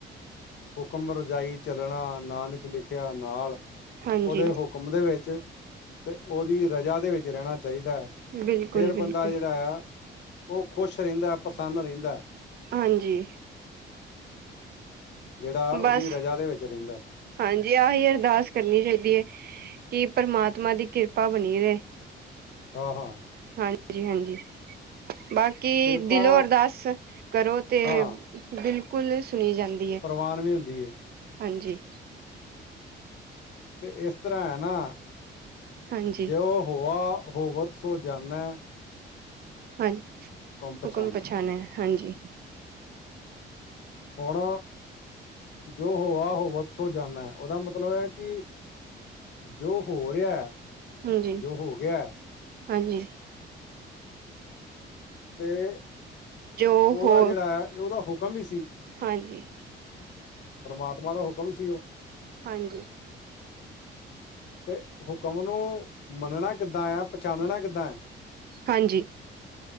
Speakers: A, on the left; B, on the right.
A: ਹੁਕਮ ਰਜਾਈ ਚੱਲਣਾ, ਨਾਨਕ ਲਿਖਿਆ ਨਾਲ।
B: ਹਾਂਜੀ
A: ਉਹਦੇ ਹੁਕਮ ਦੇ ਵਿੱਚ ਤੇ ਉਹਦੀ ਰਜਾ ਦੇ ਵਿੱਚ ਰਹਿਣਾ ਚਾਹੀਦਾ ਹੈ।
B: ਬਿਲਕੁਲ-ਬਿਲਕੁਲ
A: ਫੇਰ ਬੰਦਾ ਜਿਹੜਾ ਆ, ਉਹ ਖ਼ੁਸ਼ ਰਹਿੰਦਾ, ਪ੍ਰਸੰਨ ਰਹਿੰਦਾ।
B: ਹਾਂਜੀ।
A: ਜਿਹੜਾ ਉਹਦੀ
B: ਬਸ
A: ਰਜਾ ਦੇ ਵਿੱਚ ਰਹਿੰਦਾ।
B: ਹਾਂਜੀ, ਆਹੀ ਅਰਦਾਸ ਕਰਨੀ ਚਾਹੀਦੀ ਹੈ ਕਿ ਪਰਮਾਤਮਾ ਦੀ ਕਿਰਪਾ ਬਣੀ ਰਹੀ।
A: ਹਾਂ ਹਾਂ।
B: ਹਾਂਜੀ ਹਾਂਜੀ, ਬਾਕੀ
A: ਕਿਰਪਾ
B: ਦਿਲੋਂ ਅਰਦਾਸ ਕਰੋ ਤੇ।
A: ਹਾਂ
B: ਬਿਲਕੁਲ ਸੁਣੀ ਜਾਂਦੀ।
A: ਪ੍ਰਵਾਨ ਵੀ ਹੁੰਦੀ ਆ।
B: ਹਾਂਜੀ।
A: ਤੇ ਇਸ ਤਰ੍ਹਾਂ ਹੈ ਨਾ,
B: ਹਾਂਜੀ-ਹਾਂਜੀ
A: ਜੇ ਉਹ ਹੋ ਹੋਵ। ਸੋ ਜਾਨਾ।
B: ਹਾਂਜੀ
A: ਪਛਾਨੈ
B: ਹੁਕਮ ਪਛਾਣਾ ਹਾਂਜੀ
A: ਹੁਣ ਜੋ ਹੋਆ ਉਹ ਵਾਪਸ ਹੋ ਜਾਂਦਾ ਹੈ, ਉਹਦਾ ਮਤਲਬ ਹੈ ਕਿ ਜੋ ਹੋ ਰਿਹਾ
B: ਹਾਂਜੀ
A: ਜੋ ਹੋ ਗਿਆ ਹੈ
B: ਹਾਂਜੀ
A: ਅਤੇ,
B: ਜੋ
A: ਉਹਦਾ
B: ਹੋ
A: ਜਿਹੜਾ ਹੁਕਮ ਹੀ ਸੀ।
B: ਹਾਂਜੀ
A: ਪਰਮਾਤਮਾ ਦਾ ਹੁਕਮ ਸੀ ਉਹ।
B: ਹਾਂਜੀ
A: ਤੇ ਹੁਕਮ ਨੂੰ ਮੰਨਣਾ ਕਿਵੇਂ ਹੈ, ਪਛਾਣਨਾ ਕਿਵੇਂ ਹੈ?
B: ਹਾਂਜੀ।